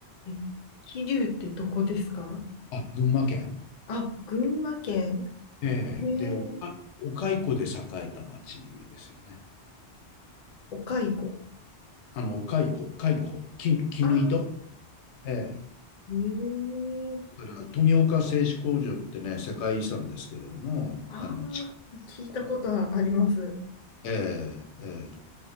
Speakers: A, on the left; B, on the left.
A: え、桐生ってどこですか
B: あ、群馬県
A: あ、群馬県。
B: ええで、
A: えー、
B: おか、お蚕で栄えた町ですよね。
A: お蚕。
B: あの、お蚕、蚕、き、絹糸
A: ああ、
B: え
A: えー、
B: だから富岡製糸工場ってね、世界遺産ですけれども、
A: ああ、
B: あの、地下
A: 聞いたことはあります。
B: とか。ええええ